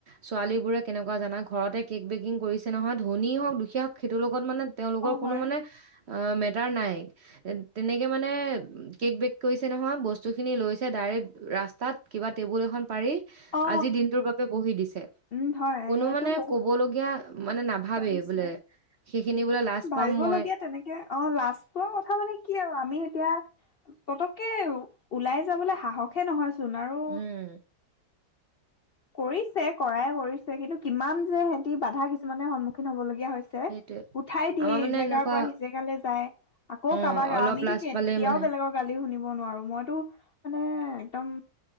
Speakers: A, on the right; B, on the left.
A: ছোৱালী বোৰে কেনেকুৱা জানা ঘৰতে কেক বেকিং কৰিছে নহয় ধনী হওক দুখীয়া হওক সেইটো লগত মানে তেওঁলোকৰ
B: অ
A: কোনো
B: হয়
A: মানে অ তাৰ নাই তেনেকে মানে কেক বেক কৰিছে নহয় বস্তুখিনি লৈছে ডাইৰেক্ট ৰাস্তাত কিবা টেবুল এখন পাৰি
B: অ
A: আজি দিনটোৰ বাবে বহি দিছে
B: উম হয়
A: কোনো
B: এইটো
A: মানে
B: বহুত
A: কবলগীয়া মানে নাভাবেই
B: কৰিছে
A: বোলে সেইখিনি বোলে লাজ
B: ভাবিবলগীয়া
A: পাম মই
B: তেনেকে অ লাজ পোৱা কথা মানে কি আৰু আমি এতিয়া পতককে ওলাই যাবলৈ সাহসে নহয় ছোন আৰু
A: উম
B: কৰিছে কৰাই কৰিছে কিন্তু কিমান যে সিহতি বাধা কিছুমানে সন্মুখীন হবলগে লগীয়া হৈছে
A: সেইটোৱে
B: উঠাই দিয়ে
A: আমাৰ
B: ই
A: মানে
B: জেগাৰ
A: এনেকুৱা
B: পৰা সি জেগালৈ যায় আকৌ
A: অ',
B: কাবা <unintelligible> গা
A: অলপ
B: আমিতো
A: লাজ
B: কেতিয়াও
A: পালে মানে
B: বেলেগৰ গালি শুনিব নোৱাৰো মইতো মানে একদম